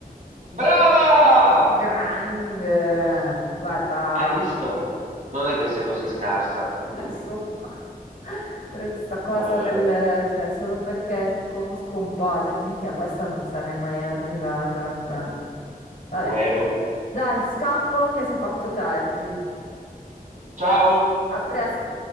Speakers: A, on the right; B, on the left.
A: brava!
B: Grande, guarda,
A: Hai visto? Non è che sei così scarsa, quindi
B: insomma, <laughs> per questa cosa
A: vabbè,
B: del, cioè, solo perché ti conosco un po', altrimenti a questa non sarei mai arrivata, cioè, vabbè.
A: bueno.
B: Dai, scappo che si è fatto tardi.
A: Ciao!
B: A presto.